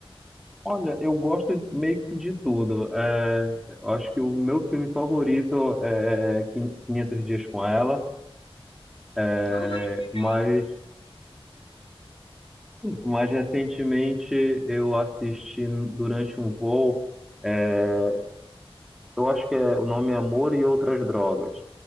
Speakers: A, in the centre; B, on the left (about 60°).
A: Olha, eu gosto de- meio que de tudo. É, eu acho que o meu filme favorito é 500 Dias com Ela, é,
B: Ai, que legal!
A: mas mais recentemente eu assisti durante um voo, é, eu acho que é, o nome é Amor e Outras Drogas.